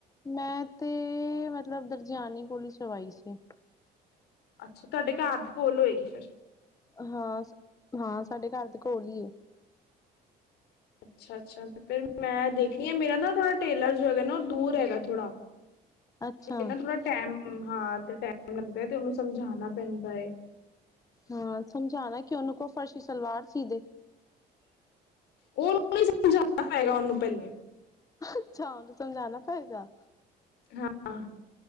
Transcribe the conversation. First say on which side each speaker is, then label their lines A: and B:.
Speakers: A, on the left; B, on the left.
A: ਮੈਂ ਤੇ ਮਤਲਬ ਦਰਜਿਆਨੀ ਕੋਲ ਹੀ ਸਵਾਈ ਸੀ।
B: ਅੱਛਾ ਤੁਹਾਡੇ ਘਰ ਦੇ ਕੋਲ ਹੋਏਗੀ ਫਿਰ?
A: ਹਾਂ- ਹਾਂ ਸਾਡੇ ਘਰ ਦੇ ਕੋਲ ਈ ਏ।
B: ਅੱਛਾ ਅੱਛਾ ਤੇ ਫਿਰ ਮੈਂ ਦੇਖਣੀ ਆ ਮੇਰਾ ਨਾ ਥੋੜਾ ਟੇਲਰ ਜੋ ਹੈਗਾ ਨਾ ਉਹ ਦੂਰ ਹੈਗਾ ਥੋੜ੍ਹਾ।
A: ਅੱਛਾ
B: ਤੇ ਨਾ ਥੋੜਾ ਟੈਮ ਹਾਂ ਤੇ ਟੈਮ ਲੱਗਦਾ ਐ ਤੇ ਉਹਨੂੰ ਸਮਝਾਣਾ ਪੈਂਦਾ ਐ।
A: ਹੂੰ ਸਮਝਾਣਾ ਕਿ ਉਹਨੂੰ ਕੋ ਫਰਸ਼ੀ ਸਲਵਾਰ ਸੀ ਦੇ
B: ਉਹਨੂੰ ਨਈ ਸਮਝਾਣਾ ਪਏਗਾ ਉਹਨੂੰ ਪਹਿਲੇ।
A: ਅੱਛਾ ਉਹਨੂੰ ਸਮਝਾਣਾ ਪੇਗਾ।
B: ਹਾਂ